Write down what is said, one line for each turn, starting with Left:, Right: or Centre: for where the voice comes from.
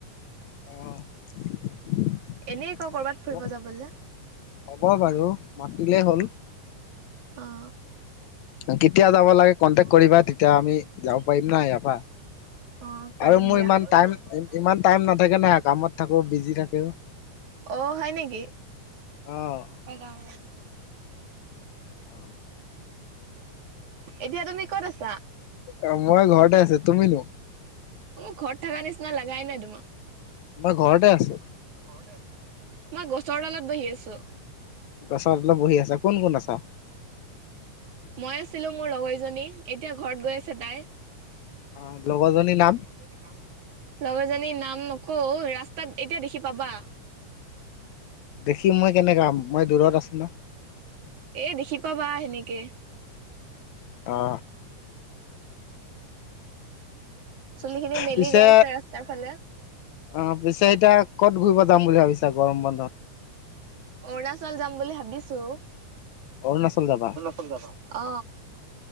Left: অ
Right: এনেই ক কৰ'বাত
Left: হ'ব
Right: ফুৰিব যাবলে
Left: হ'ব বাৰু মাতিলে হ'ল
Right: অ
Left: কেতিয়া যাব লাগে
Right: কেতিয়া
Left: কন্টেক
Right: যাব
Left: কৰিবা
Right: লাগে কন্টেক
Left: তেতিয়া
Right: কৰিবা
Left: আমি
Right: তেতিয়া আমি
Left: পাৰিম
Right: যাব
Left: না ইয়াৰ
Right: পাৰিম
Left: পৰা
Right: ন অ কৰিম
Left: আৰু মোৰ
Right: দিয়া
Left: ইমান
Right: আৰু
Left: টাইম
Right: মোৰ ইমান টাইম
Left: নাথাকে
Right: ইমান
Left: না
Right: টাইম
Left: কামত
Right: নাথাকে
Left: থাকো
Right: ন
Left: বিজি থাকো
Right: অ হয় নিকি
Left: অঁ
Right: হে গাও অ
Left: অ
Right: এতিয়া তুমি ক'ত আছা
Left: অ মই ঘৰতে আছো তুমিনো
Right: উম ঘৰত থাকা নিচিনা লাগাই নাই তোমাক
Left: মই ঘৰতে আছো
Right: ঘৰতে আছো মই গছৰ তলত বহি আছো
Left: গছত তলত বহি আছা কোন কোন আছা
Right: মই আছিলো মোৰ লগৰীজনী এতিয়া ঘৰত গৈ আছে তাই
Left: অ লগৰজনীৰ না
Right: লগৰজনীৰ নাম লগৰজনীৰ নাম নকও ৰাস্তাত এতিয়া দেখি পাবা
Left: দেখিম মই কেনেকা মই দূৰত আছো ন
Right: এ দেখি পাবা সেনেকে
Left: অ
Right: চুলিখিনি মেলি
Left: পিছে
Right: গৈ আছে ৰাস্তাৰ ফালে
Left: অ পিছে এতিয়া ক'ত ঘূৰিব যাম বুলি ভাবিছা গৰম বন্ধত
Right: অৰুণাচল যাম বুলি ভাবিছো
Left: অৰুণাচল যাবা
Right: চল যাবা অ